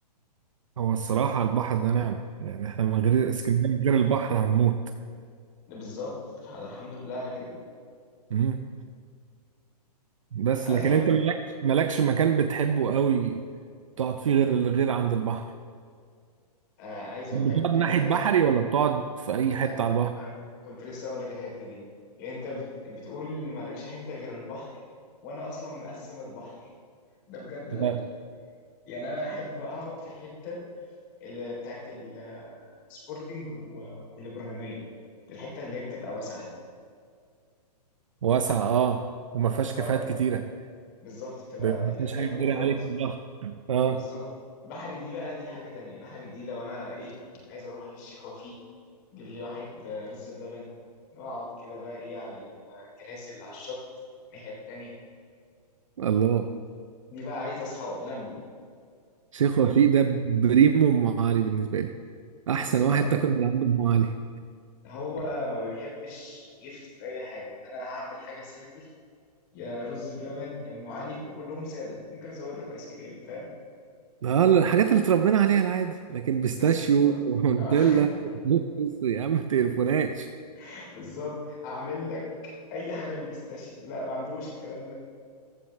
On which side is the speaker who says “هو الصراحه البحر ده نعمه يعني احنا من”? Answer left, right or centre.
Right